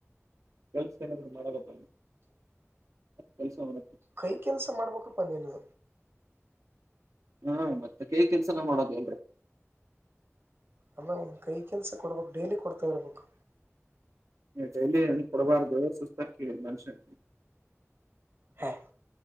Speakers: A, on the right; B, on the right.
A: ಕೆಲ್ಸ ಏನಾದ್ರು ಮಾಡಬೇಕ ಕೆಲ್ಸ ಮಾಡ
B: ಕೈ ಕೆಲ್ಸ ಮಾಡ್ಬೇಕಪ್ಪ ನೀನು
A: ಹಾ ಮತ್ತೆ ಕೇ ಕೆಲ್ಸನ ಮಾಡೋದ್ ಅಲ್ರರಿ
B: ಅಲ್ಲ ಒಂದ್ ಕೈ ಕೆಲ್ಸ ಕೊಡ್ಬೇಕಕ್ ಡೈಲಿ ಕೊಡ್ತಾ ಇರ್ಬೇಕು
A: ಡೈಲಿ ಕೊಡಬಾರ್ದು ಸುಸ್ತಾ ಮನುಷ್ಯ
B: ಹಾಂ